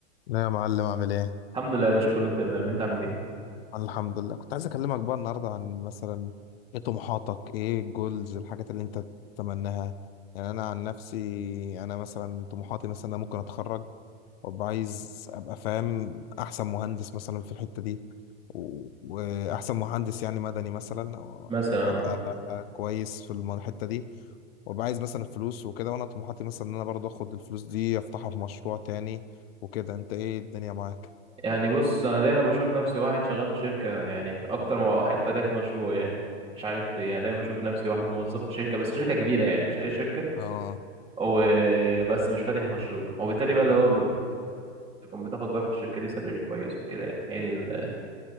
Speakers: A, on the left (about 55°); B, on the right (about 15°).
A: لا يا معلم عامل ايه؟
B: الحمد لله يا باشا كله تمام انت عامل ايه
A: الحمد لله كنت عايز اكلمك بقى النهارده عن مثلا ايه طموحاتك ايه الجولز الحاجات اللي انت تتمناها يعني انا عن نفسي انا مثلا طموحاتي مثلا انا ممكن اتخرج وابقى عايز ابقى فاهم احسن مهندس مثلا في الحتة دي و- واحسن مهندس يعني مدني مثلا
B: مثلا
A: وابقى
B: اه
A: كويس في الم- الحتة دي وابقى عايز مثلا فلوس وكده وانا طموحاتي مثلا ان انا برضه اخد الفلوس دي افتحها في مشروع تاني وكده انت ايه الدنيا معاك؟
B: يعني بص انا دايما بشوف نفسي واحد شغال في شركه يعني في اكتر من واحد فاتح مشروع يعني مش عارف ليه يعني دايما بشوف نفسي واحد موظف في شركه بس شركه كبيره يعني مش اي شركه
A: اه
B: وبس مش فاتح مشروع وبالتالي بقى اللي هو تكون بتاخد بقى في الشركة دي سالري كويس وكده يعني هي دي ال-